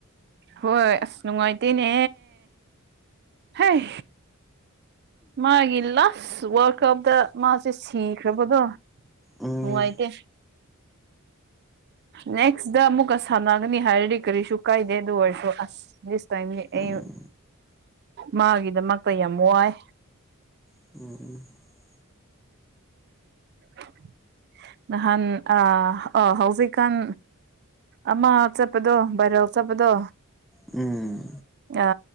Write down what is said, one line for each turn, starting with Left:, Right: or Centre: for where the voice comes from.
Right: ꯍꯣꯏ ꯑꯁ ꯅꯨꯡꯉꯥꯏꯇꯦꯅꯦ ꯍꯦ ꯍꯩ ꯃꯥꯒꯤ ꯂꯥꯁ ꯋꯥꯔꯜ ꯀꯞꯇ ꯃꯥꯁꯦ ꯁꯤꯈ꯭ꯔꯕꯗꯣ꯫
Centre: ꯎꯝ
Right: ꯅꯨꯡꯉꯥꯏꯇꯦ ꯅꯦꯛꯁꯇ ꯑꯃꯨꯛꯀ ꯁꯥꯟꯅꯒꯅꯤ ꯍꯥꯏꯔꯗꯤ ꯀꯔꯤꯁꯨ ꯀꯥꯏꯗꯦ ꯑꯗꯨ ꯑꯣꯏꯔꯁꯨ ꯑꯁ ꯗꯤꯁ ꯇꯥꯏꯝ
Centre: ꯎꯝ
Right: ꯑꯩ ꯃꯥꯒꯤꯗꯃꯛꯇ ꯌꯥꯝ ꯋꯥꯏ
Centre: <unintelligible>
Right: <inaudible> ꯅꯍꯥꯟ ꯑ ꯑꯣ ꯍꯧꯖꯤꯛꯀꯥꯟ ꯑꯃꯞ ꯆꯠꯄꯗꯣ ꯚꯥꯏꯔꯥꯎ ꯆꯠꯄꯗꯣ
Centre: ꯎꯝ
Right: ꯑ